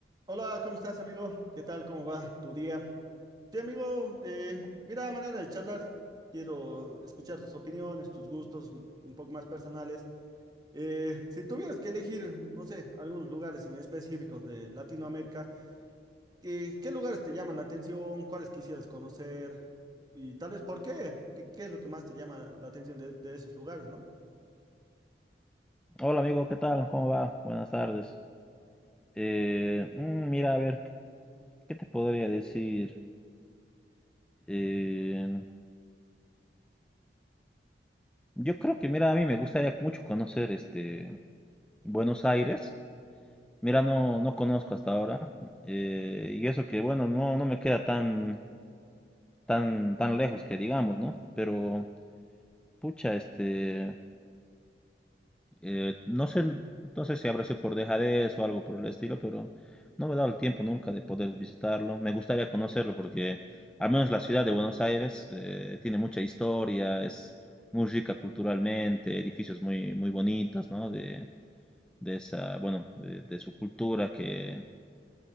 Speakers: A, on the right; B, in the centre.
A: Hola, ¿cómo estás, amigo? ¿Qué tal? ¿Cómo va tu día? Sí, amigo, eh, mira, manera de charlar. Quiero escuchar tus opiniones, tus gustos un un poco más personales. Eh, si tuvieras que elegir, no sé, algunos lugares en específicos de Latinoamérica, ¿qué, qué lugares te llaman la atención? ¿Cuáles quisieras conocer? Y tal vez, ¿por qué? ¿Qué, qué es lo que más te llama la atención de, de esos lugares, no?
B: Hola amigo, ¿qué tal? ¿Cómo va? Buenas tardes. Eh, mm, mira, a ver, ¿qué te podría decir? Eh, yo creo que, mira, a mí me gustaría mucho conocer este Buenos Aires. Mira, no, no conozco hasta ahora. eh, y eso que, bueno, no, no me queda tan, tan, tan lejos que digamos, ¿no? Pero, pucha, este, Eh, no sé, no sé si habrá sido por dejadez o algo por el estilo, pero no me he dado el tiempo nunca de poder visitarlo. Me gustaría conocerlo porque al menos la ciudad de Buenos Aires eh, tiene mucha historia, es muy rica culturalmente, edificios muy, muy bonitos, ¿no? De, de esa, bueno, de, de su cultura que,